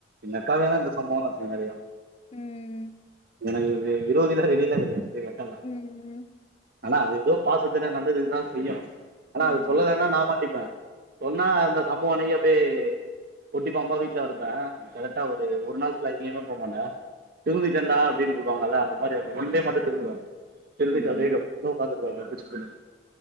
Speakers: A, on the right; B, on the left.
A: எங்கக்காவிய தான் இந்த சம்பவம் தான் நெறயா
B: உம்ம்
A: எனக்கு விரோதியு வெளியலா கிடையாது எங்க அக்காதா
B: ம்
A: ஆனா அது ஏதோ பாசத்துல நல்லதுதுதா செய்யு ஆனா
B: ம்
A: அது சொல்லலன்னா நா மாட்டிபபே சொன்னா அந்த சம்பவம் அன்னைக்கு அப்டியே பொட்டி பாம்பா வீடல கடப்பே கரெக்டா ஒரு நாள் ஃபுல்லா எங்கயுமே போ மாட்ட திருந்திட்டேன்டா அப்டின்னு சொல்லுவாங்கல்ல அந்த மாதிரி அவங்க ஒன்டே மட்டு திருந்துவே தெரிசிட்டு
B: ம்
A: அப்டியே ஸ்னோ பாத்துடு வாங்க